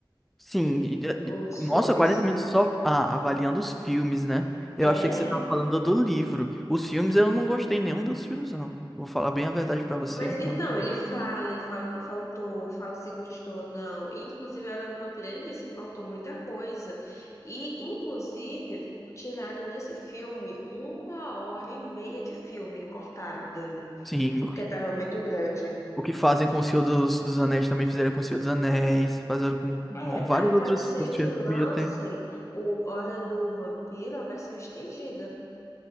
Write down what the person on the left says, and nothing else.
e-
os filmes.
É,
mas então,
ele fala, ele fala o que faltou, fala se gostou, ou não. E, inclusive, a Hora do Vampiro, ele disse que faltou muita coisa. E, inclusive, tiraram desse filme uma hora e meia de filme, cortaram dele,
porque estava muito grande.
É,
aí pode
ser
que
lancem
o Hora do Vampiro, a versão estendida.